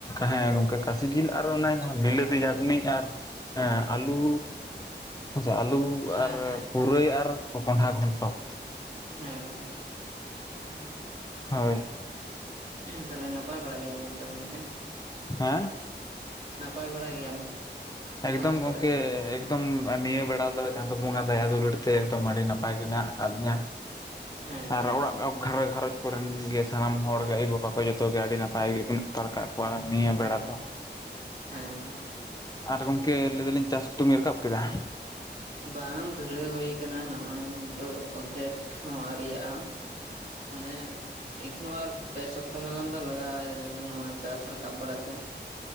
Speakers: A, on the left; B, on the right.
A: ᱦᱮᱸ ᱜᱚᱝᱠᱮ ᱠᱟᱥᱤ ᱡᱤᱞ
B: ᱦᱮᱸ
A: ᱟᱨ ᱚᱱᱮ ᱵᱤᱞᱟᱹᱛᱤ ᱪᱟᱴᱱᱤ ᱟᱨ ᱟᱞᱩ ᱠᱷᱚᱥᱟ ᱟᱞᱩ
B: ᱦᱮᱸ
A: ᱟᱨ
B: ᱦᱮᱸ
A: ᱯᱩᱨᱟᱹᱭ ᱟᱨ ᱠᱚ-ᱠᱚᱸᱰᱷᱟ ᱜᱷᱚᱱᱴᱚ ᱾
B: ᱦᱮᱸ ᱜᱚᱝᱠᱮ, ᱦᱩᱸ ᱾
A: ᱦᱳᱭ ᱾
B: ᱛᱟᱦᱞᱮ ᱱᱟᱯᱟᱭ ᱵᱟᱲᱟ ᱜᱮᱭᱟ ᱢᱚᱛᱚ ᱜᱚᱝᱠᱮ?
A: ᱦᱮᱸ?
B: ᱱᱟᱯᱟᱭ ᱵᱟᱲᱟ ᱜᱮᱭᱟᱢ?
A: ᱮᱠᱫᱚᱢ
B: ᱜᱷᱟᱨᱚᱸᱡᱽ ᱠᱚᱨᱮ
A: ᱜᱚᱝᱠᱮ ᱮᱠ ᱫᱚᱢ ᱱᱤᱭᱟᱹ ᱵᱮᱲᱟ ᱫᱚ ᱪᱟᱸᱫᱚ ᱵᱚᱸᱜᱟ ᱫᱟᱭᱟ ᱫᱩᱞᱩᱲ ᱛᱮ ᱮᱠᱫᱚᱢ ᱟᱹᱰᱤ ᱱᱟᱯᱟᱭ ᱜᱮ ᱢᱮᱱᱟᱜ ᱟᱠᱟᱫ ᱞᱤᱧᱟᱹ ᱾
B: ᱦᱮᱸ ᱾
A: ᱟᱨ ᱚᱲᱟᱜ ᱜᱷᱟᱨᱚᱸ ᱜᱷᱟᱨᱚᱸᱡᱽ ᱠᱚᱨᱮᱱ ᱜᱮ ᱥᱟᱱᱟᱢ ᱦᱚᱲ ᱜᱮ ᱟᱭᱳᱼᱵᱟᱵᱟ ᱠᱚ ᱡᱚᱛᱚ ᱜᱮ ᱟᱹᱰᱤ ᱱᱟᱯᱟᱭ ᱜᱮ ᱢᱮᱱᱟᱜ ᱦᱟᱛᱟᱲ ᱠᱟᱜ
B: ᱦᱮᱸ
A: ᱠᱚᱣᱟ ᱱᱤᱭᱟᱹ
B: ᱦᱮᱸ,
A: ᱵᱮᱲᱟ ᱫᱚ
B: ᱦᱮᱸ ᱾
A: ᱟᱨ ᱜᱚᱢᱠᱮ ᱞᱟᱹᱭ ᱫᱟᱞᱤᱧ ᱪᱟᱥ ᱠᱩᱛᱩᱵᱤᱱ ᱨᱟᱠᱟᱵ ᱠᱮᱫᱟ?
B: ᱵᱟᱝ ᱫᱷᱩᱨᱟᱹᱣ ᱦᱩᱭ ᱠᱟᱱᱟ ᱱᱚᱜᱼᱚᱭ ᱱᱤᱛᱚᱜ ᱚᱫᱽᱫᱷᱮᱠ ᱦᱚᱸ ᱟᱹᱣᱨᱤᱜᱜᱟᱜᱼᱟ ᱾ ᱢᱟᱱᱮ ᱮᱠᱷᱱᱚ ᱟᱨ ᱯᱮ ᱥᱚᱯᱛᱟᱦᱚ ᱜᱟᱱ ᱫᱚ ᱞᱟᱜᱟᱜᱼᱟ ᱡᱮ ᱱᱚᱣᱟ ᱪᱟᱥ ᱨᱟᱠᱟᱵ ᱵᱟᱲᱟ ᱛᱮ ᱾